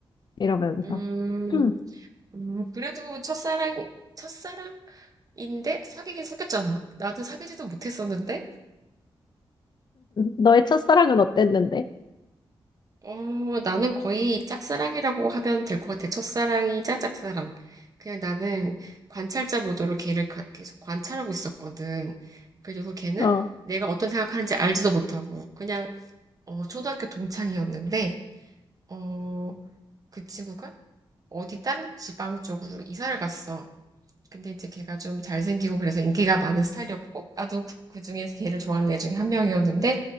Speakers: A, on the left (about 50°); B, on the right (about 40°).
A: 이러면서.
B: 음,
A: <laughs>
B: 음, 그래도 첫사랑, 첫사랑인데 사귀긴 사귀었잖아. 나는 사귀지도 못했었는데,
A: 너의 첫사랑은 어땠는데?
B: 어, 나는 거의 짝사랑이라고 하면 될 것 같아. 첫사랑이자 짝사랑. 그냥 나는 관찰자 모드로 걔를 가- 계속 관찰하고 있었거든. 그리고 걔는
A: 어.
B: 내가 어떤 생각하는지 알지도 못하고, 그냥, 어, 초등학교 동창이었는데, 어, 그 친구가 어디 다른 지방 쪽으로 이사를 갔어. 근데 이제 걔가 좀 잘생기고 그래서 인기가 많은 스타일이었고 나도 그, 그 중에서 걔를 좋아하는 애 중에 한 명이었는데